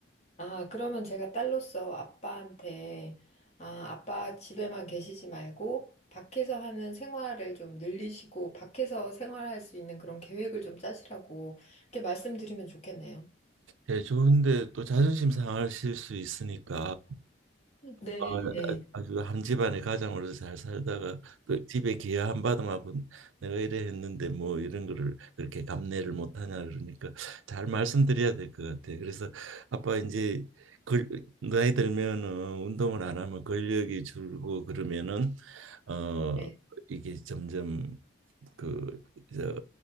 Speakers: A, on the left; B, on the right.
A: 아, 그러면 제가 딸로서 아빠한테, 아, 아빠 집에만 계시지 말고, 밖에서 하는 생활을 좀 늘리시고, 밖에서 생활할 수 있는 그런 계획을 좀 짜시라고, 이렇게 말씀드리면 좋겠네요.
B: 예, 좋은데 또 자존심 상하실 수 있으니까
A: 네,
B: 어,
A: 네.
B: 아주 한 집안의 가장으로서 잘 살다가 그 집에 기여 한 바람하고 내가 이래 했는데 뭐 이런 거를 그렇게 감내를 못하냐 그러니까 잘 말씀드려야 될 것 같아요. 그래서 아빠 이제 걸, 나이 들면은 운동을 안 하면 근력이 줄고 그러면은 어
A: 네.
B: 이게 점점 그저